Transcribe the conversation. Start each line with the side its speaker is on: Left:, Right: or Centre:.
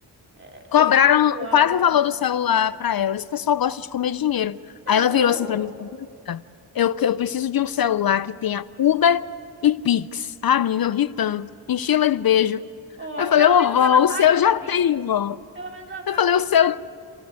Right: É,
Left: Cobraram
Right: esse pessoal.
Left: quase o valor do celular pra ela. Esse pessoal gosta de comer dinheiro.
Right: Não,
Left: Aí ela
Right: então,
Left: virou assim pra mim, e falou, "Renata, eu, eu preciso de um celular que tenha Uber e Pix. Ah, menina, eu ri tanto. Enchi ela de beijo.
Right: ó,
Left: Aí eu falei,
Right: pelo
Left: ô,
Right: menos
Left: vó,
Right: ela sabe
Left: o seu
Right: o
Left: já
Right: que é Pix.
Left: tem, vó.
Right: Pelo menos ela sabe
Left: Eu falei,
Right: o que
Left: o
Right: é
Left: seu.
Right: Pix.